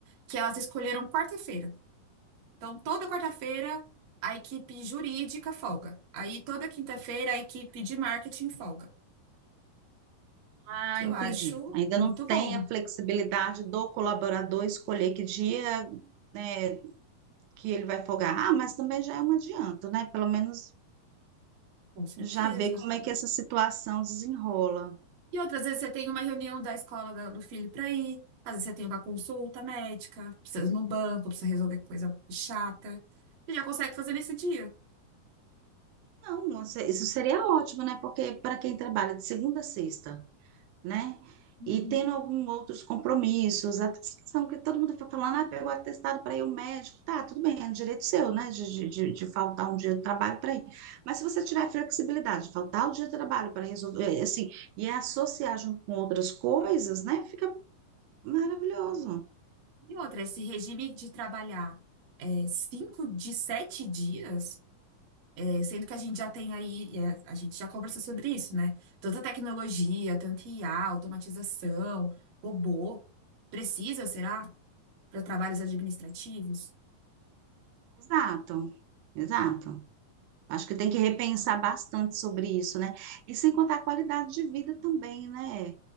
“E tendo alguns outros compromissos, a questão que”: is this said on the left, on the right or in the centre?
Right